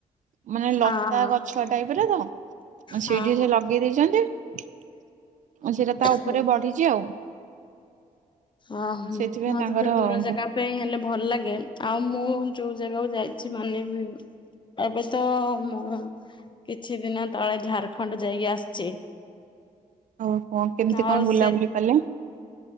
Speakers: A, on the right; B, on the left.
A: ମାନେ ଲତା
B: ହଁ ହଁ
A: ଗଛ ଟାଇପ୍ ର ତ? ଆଉ ସେଇଠିକି
B: ହଁ
A: ସେ ଲଗେଇ ଦେଇଛନ୍ତି। ଆଉ ସେଇଟା ତା ଉପରେ
B: ହଉ
A: ବଢିଛି ଆଉ।
B: ଓହୋ
A: ସେଥିପାଇଁ
B: ମତେ
A: ତାଙ୍କର
B: ତ ଦୂର
A: ଆଉ
B: ଜାଗା ପାଇଁ ହେଲେ ଭଲ ଲାଗେ। ଆଉ ମୁଁ ଯୋଉ ଜାଗାକୁ ଯାଇଛି ମାନେ ଏବେ ତ ମୁଁ କିଛି ଦିନ ତଳେ ଝାରଖଣ୍ଡ ଯାଇକି ଆସିଛି।
A: ଆଉ କଣ କେମିତି
B: ଆଉ
A: କଣ ବୁଲାବୁଲି
B: ସେ
A: କଲେ।